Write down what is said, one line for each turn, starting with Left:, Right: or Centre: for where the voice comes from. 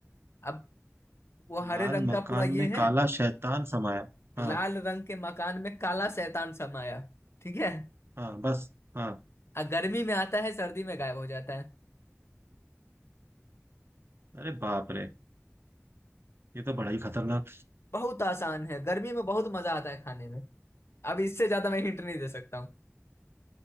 Left: अब वो हरे
Right: लाल
Left: रंग
Right: मकान
Left: का पूरा ये
Right: में काला
Left: है
Right: शैतान समाया हाँ
Left: लाल रंग के मकान में काला शैतान समाया ठीक है
Right: हाँ बस हाँ
Left: और गर्मी में आता है सर्दी में गायब हो जाता है
Right: अरे बाप रे ये तो बड़ा ही खतरनाक
Left: बहुत आसान है गर्मी में बहुत मजा आता है खाने में अब इससे ज्यादा मैं हिंट नहीं दे सकता हूँ